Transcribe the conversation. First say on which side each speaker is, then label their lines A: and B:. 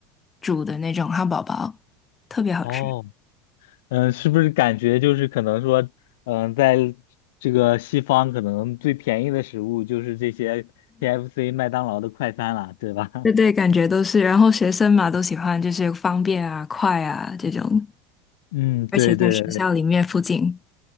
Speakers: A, on the left (about 20°); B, on the left (about 85°).
A: 煮的那种汉堡包，特别好吃。
B: 哦嗯，是不是感觉就是可能说，嗯，在这个西方可能最便宜的食物就是这些 KFC、麦当劳的快餐了，对吧？<laughs>
A: 对对，感觉都是，然后学生嘛都喜欢，就是方便啊、快啊这种，
B: 嗯，对对对，
A: 而且在学校里面附近。